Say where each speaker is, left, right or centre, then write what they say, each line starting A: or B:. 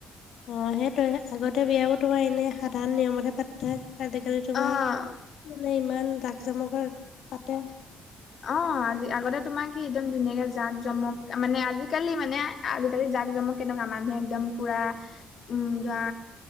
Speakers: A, on the left; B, on the left.
A: অঁ সেইটোৱে। আগতে বিয়াবোৰ তোমাৰ এনে সাধাৰণ নিয়মতহে পাতি থয়। আজিকালি তোমাৰ
B: অ
A: মানে ইমান জাক-জমকা পাতে।
B: অঁ আজি আগতে তোমাৰ কি একদম ধুনীয়াকে জাক-জমক মানে, আজিকালি মানে, আজিকালি জাক জমক কেনকা। মানুহে একদম পোৰা উম ধৰা,